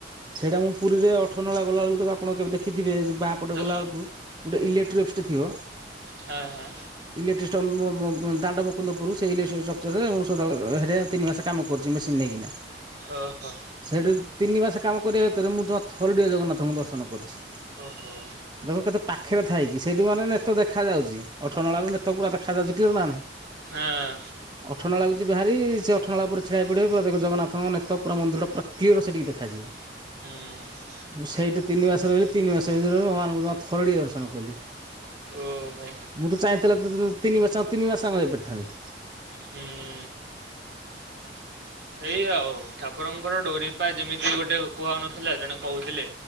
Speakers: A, on the right; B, on the right.
A: ସେଇଟା ମୁଁ ପୁରୀରେ ଅଠର ନଳା ଗଲାବେଳକୁ ତ ଆପଣ କେବେ ଦେଖିଥିବେ ଯୋଉ ବାଁ ପଟେ
B: ହଁ
A: ଗଲା ବେଳକୁ ଗୋଟେ ଇଲେଟ୍ରି ଅଫିସଟେ ଥିବ
B: ହଁ ହଁ ହଁ
A: ଇଲେଟ୍ରି ଷ୍ଟ ମ ମ ଦାଣ୍ଡ ମୁକୁନ୍ଦ ପୁର ସେଇ ମୁଁ ସ ତିନି ମାସ କାମ କରୁଚି ମେସିନ ନେଇକିନା।
B: ହଁ ହ।
A: ସେଠି ତିନି ମାସ କାମ କରିବା ଭିତରେ ମୁଁ ଯମା ଥରୁ ଟିଏ ଜଗନ୍ନାଥଙ୍କୁ ଦର୍ଶନ କରିଛି।
B: ଓହୋ।
A: ଦେଖ କେତେ ପାଖରେ ଥାଇକି ସେଇଠୁ ମାନେ ନେତ ଦେଖା ଯାଉଚି। ଅଠ ନଳା ନେ- - ତ ପୁରା ଦେଖାଯାଉଚି କ୍ଲିଅର ନା ନାହିଁ।
B: ହଁ
A: ଅଠରେ ନଳକୁ ଯିବା ହେରି ସେ ଅଠର ନଳା ଉପରେ ଥ୍ରିଆ ହେଇ ପଡିବା ଦେଖ ଜଗନ୍ନାଥ ଙ୍କ ନେତ ପୁରା ମନ୍ଦିର ଟା କ୍ଲିଅର ସେଠିକି ଦେଖାଯିବ।
B: ହୁଁ
A: ମୁଁ ସେଇଟି ତିନି ମାସ ରହିଲି ତିନି ମାସ ଭିତରେ ମୋ ମାନଙ୍କୁ ଜମା ଥରଟିଏ ଦର୍ଶନ କଲି।
B: ଓହୋ
A: ମୁଁ ତ ଚାହିଁଥିଲେ ତୁତୁ -- ତିନି ମାସ ତିନି ମାସ ରହି ପାରିଥାଆନ୍ତି।
B: ହୁଁ ଏଇ ଆଉ ଠାକୁରଙ୍କର ଡୋରି ପାଇଁ ଯେମିତି ଗୋଟେ କୁହ ନଥିଲା ଜଣେ କହୁଥିଲେ।